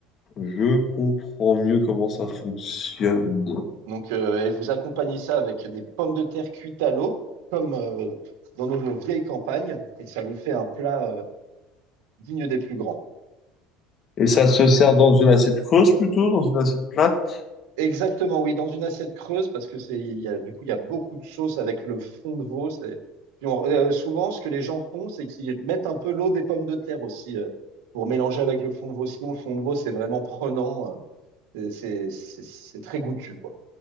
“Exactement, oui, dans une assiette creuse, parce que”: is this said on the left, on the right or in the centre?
Right